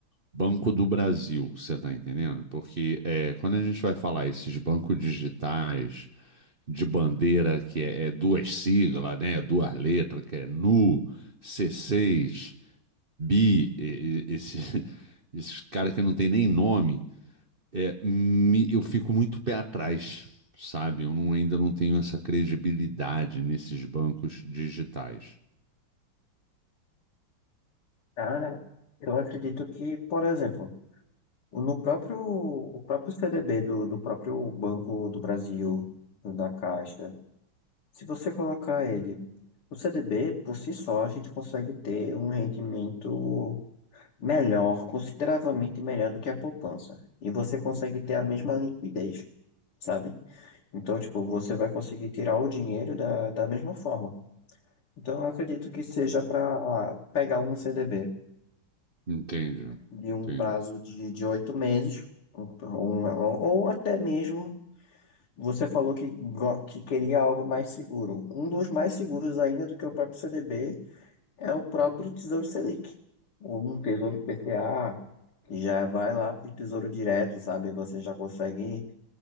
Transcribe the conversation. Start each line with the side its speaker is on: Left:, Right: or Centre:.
Right: Banco do Brasil, você tá entendendo? Porque é, quando a gente vai falar esses bancos digitais de bandeira que é, é duas siglas, né, duas letras, que é NU, c seis Bi, e- e- esse, <laughs> esses caras que não tem nem nome, é, me- eu fico muito pé atrás, sabe? Eu não- ainda não tenho essa credibilidade nesses bancos digitais.
Left: Cara, eu acredito que, por exemplo, no próprio, o próprio CDB do, do próprio Banco do Brasil, da Caixa, se você colocar ele O CDB, por si só, a gente consegue ter um rendimento melhor, consideravelmente melhor do que a poupança. E você consegue ter a mesma liquidez, sabe? Então, tipo, você vai conseguir tirar o dinheiro da, da mesma forma. Então, eu acredito que seja para pegar um CDB
Right: Entende?
Left: de um
Right: Entende?
Left: prazo de, de oito meses, um- um- ou até mesmo, você falou que, go- que queria algo mais seguro. Um dos mais seguros ainda do que o próprio CDB É o próprio Tesouro Selic, ou um Tesouro IPCA, que já vai lá para o Tesouro Direto, sabe? Você já consegue